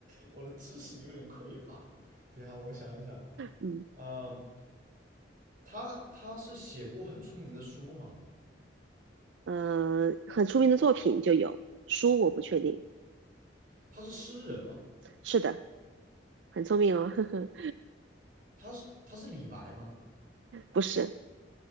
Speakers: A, on the right; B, on the right.
A: 我的知识有点匮乏。等一下，我想一想。
B: 嗯
A: 嗯，他他是写过很出名的书吗？
B: 嗯、呃很出名的作品就有书，我不确定。
A: 他是诗人吗？
B: 是的，很聪明哦，呵呵，
A: 他是他是李白吗？
B: 不是，